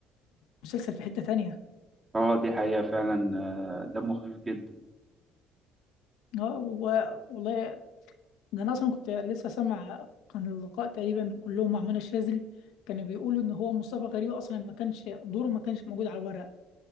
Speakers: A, on the left; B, on the right.
A: المسلسل في حته تانية
B: اه دي حقيقه فعلا آه، دمه خفيف جدا
A: اه و- والله ده انا اصلا كنت لسه سامع كان اللقاء تقريبا كلهم مع منى الشاذلي كانوا بيقولوا ان هو مصطفى غريب اصلا ما كانش دوره ما كانش موجود على الورق